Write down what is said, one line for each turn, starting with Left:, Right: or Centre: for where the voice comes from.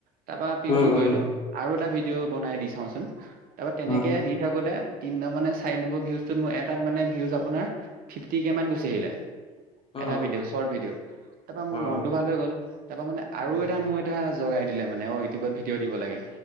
Right: তাৰপৰা কি
Left: উম
Right: কি কৰিলোঁ আৰু এটা ভিডিঅ' বনাই দি চাওঁচোন তাৰপৰা তেনেকে
Left: উম
Right: দি থাকোঁতে তিনটা মানে চাৰি নম্বৰ ভিউজটোত, মোৰ এটাত মানে ভিউজ আপোনাৰ ফিফটি কে মান গুচি আহিলে।
Left: উম
Right: এটা ভিডিঅ' শৰ্ট ভিডিঅ', তাৰপৰা মোৰ
Left: উম
Right: মনটো
Left: উম
Right: ভাল হৈ গল। তাৰপৰা মানে আৰু
Left: উম
Right: এটা মোৰ এটা লগাই দিলে মানে অ' ইউটিবত ভিডিঅ' দিব লাগে।